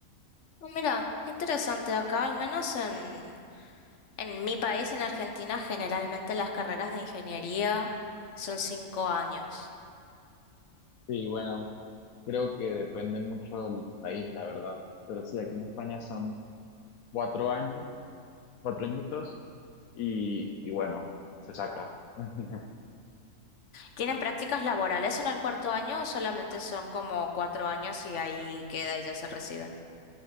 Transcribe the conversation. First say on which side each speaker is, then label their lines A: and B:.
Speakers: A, on the left; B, on the left.
A: Ah, mira, qué interesante. Acá, al menos en, en mi país, en Argentina, generalmente las carreras de ingeniería son cinco años.
B: Sí, bueno, creo que depende mucho del país, la verdad. Pero sí, aquí en España son cuatro años, cuatro añitos, y, y bueno, se saca. <laughs>
A: ¿Tienen prácticas laborales en el cuarto año o solamente son como cuatro años y ahí queda y ya se reciben?